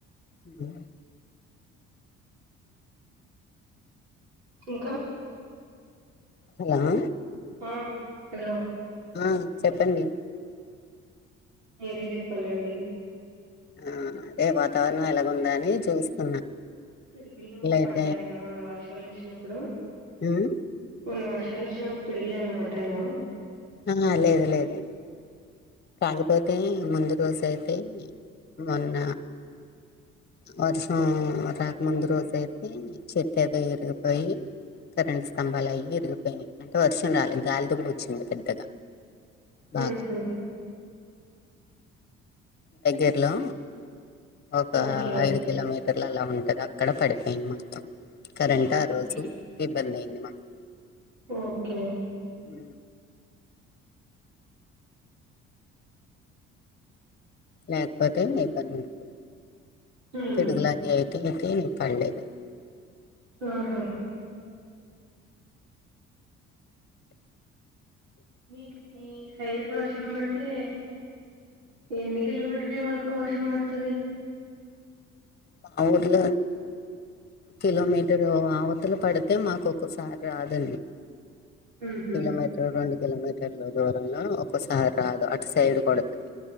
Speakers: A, on the left; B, on the right.
A: ఉ
B: ఇంకా
A: హలో
B: ఆ హలో
A: ఆ చెప్పండి
B: మీరే చెప్పాలండి
A: ఆ అదే వాతావరణం ఎలాగుందా అని చూస్తున్నా
B: పిడుగులు
A: లైట్
B: పడ్డాయా మొన్న వర్షాలు వచ్చినప్పుడు
A: హ్మ్
B: మొన్న వర్షాలు వచ్చినా పిడుగులేమన్న పడ్డాయా
A: ఆ లేదు లేదడి కాకపోతే ముందు రోజయితే మొన్న వర్షం రాకముందు రోజయితే చెట్టే దో ఇరిగిపోయి కరెంట్ స్తంబాలు అయ్యి ఇయ్యి విరిగిపోయినాయి అంటే వర్షం రాలేదు గాలిదుమ్ము ఓచ్చింది పెద్దగా బాగా
B: ఆహా
A: దగ్గర్లో ఒక
B: ఓకే
A: ఐదు కిలోమీట ర్లు అలా ఉంటది అక్కడ పడిపోయింది మొత్తం కరెంట్
B: ఓకే
A: ఆ రోజు
B: ఓకే
A: ఇబ్బంది అయింది మాకు
B: ఓకే
A: ఉ లేకపోతే ఇబంధిండు
B: ఉమ్
A: పిడుగుల అ అయితే నేను పడలేదు
B: ఆహా మీ మీ సైల్ వర్షంబడితే ఎన్ని కిలోమీటర్లు వరకు వర్షం పడుతుది
A: మా ఊర్ల కిలోమీటరు ఆవతల పడితే మాకు ఒకక్కసారి రాదండి
B: ఉహు
A: కిమీటర్ రెండు కిమీటర్లో దూ లో ఒ ఒకసారి రాదు అటు సైడ్ కొడుతుంది